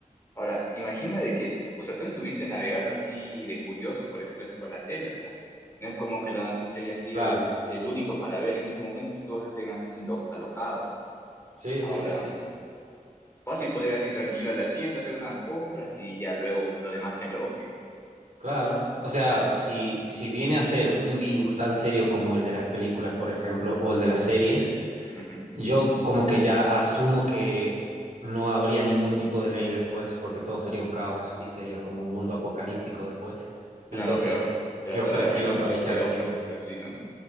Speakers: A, on the left (about 20°); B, on the right (about 60°).
A: Ahora, imagina de que, o sea, tú estuviste navegando así de curioso, por decirlo así, por la tele, o sea, no es como que la noticia haya sido,
B: Claro.
A: yo qué sé, el único para ver en ese momento y todos estén así lo- alocados.
B: Sí,
A: Ahora.
B: sí, sí, sí, sí.
A: Pues y podrías ir tranquilo a la tienda, hacer unas compras y ya luego los demás se aloquen.
B: Claro. O sea, si, si viene a ser un virus tan serio como el de las películas, por ejemplo, o el de las series,
A: Ujú.
B: Yo como que ya asumo que no habría ningún tipo de ley después, porque todo sería un caos y sería como un mundo apocalíptico después.
A: Claro,
B: Entonces,
A: pero, pero
B: yo
A: hasta ahora
B: prefiero
A: la gente
B: aprovechar
A: no se enteró,
B: el tiempo.
A: por decirlo así, ¿no?